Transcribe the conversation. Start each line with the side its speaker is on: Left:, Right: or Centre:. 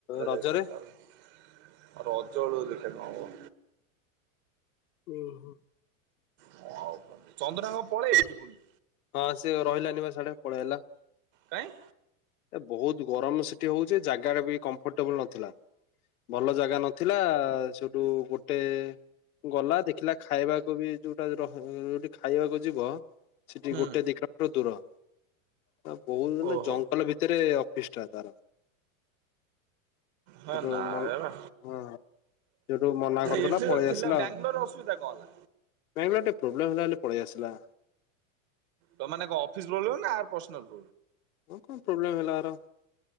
Left: ରଜରେ?
Right: ଯଥିଲା <unintelligible> ରଜ ବେଳକୁ ଦେଖିବା କଣ ହେବ।
Left: ହୁଁ।
Right: କ ଆଉ କ ଚନ୍ଦନ ହକ ପଳେଇବେ କି ପୁଣି?
Left: ହଁ ସେ ରହିଲାନି ବା ସେଆଡେ ପଳେଇ ଆଇଲା।
Right: କାଇଁ?
Left: ଏ ବହୁତ ଗରମ ସେଠି ହଉଛି ଜାଗା ବି କମ୍ଫର୍ଟେବୁଲୁ ନଥିଲା। ଭଲ ଜାଗା ନଥିଲା ସେଠୁ ଗୋଟେ ଗଲା ଦେଖିଲା ଖାଇବାକୁ ବି ଯୁ ର ଯୁ ଖାଇବାକୁ ଯିବ ସେଠି
Right: ହୁଁ
Left: ଗୋଟେ ଦିିକିଲୋମିଟର ଦୂର। ତାକୁ କହୁଥିଲେ
Right: ଓହୋ।
Left: ଜଙ୍ଗଲ ଭିତରେ ଅଫିସ ଟା ତାର।
Right: ହଁ
Left: ସେଟୁ
Right: ନାଇଁ
Left: ମନ
Right: ବା
Left: ହଁ। ସେଠୁ ମନା କରିଦେଲା
Right: ଏଠି ତ
Left: ପଳେଇ
Right: ଥିଲା
Left: ଆସିଲା
Right: ବାଙ୍ଗାଲୋରରେ
Left: ଆଉ।
Right: ଅସୁବିଧା କଣ ହେଲା?
Left: ବାଙ୍ଗଲୋରେ ପ୍ରୋବ୍ଲେମ୍ ହେଲା ବୋଲି ପଳେଇ ଆସିଲା।
Right: ତମେ ମାନେ କଣ ଅଫିସ ପଳେଇଲାଣି ନା ଆ ପର୍ସନାଲ୍।
Left: ଓ କଣ ପ୍ରୋବ୍ଲେମ ହେଲା ଆର।